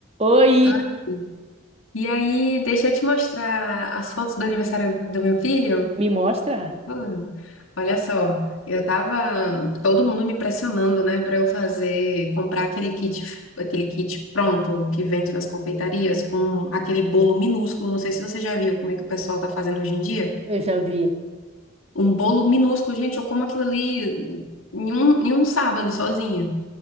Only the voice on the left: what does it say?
Ai, E aí, deixa eu te mostrar as fotos do aniversário do meu filho.
Ouro. Olha só, eu tava todo mundo me pressionando, né, para eu fazer, comprar aquele kit, aquele kit pronto que vende nas confeitarias com aquele bolo minúsculo. Não sei se você já viu como é que o pessoal tá fazendo hoje em dia.
Um bolo minúsculo, gente, eu como aquilo ali em um, em um sábado sozinha.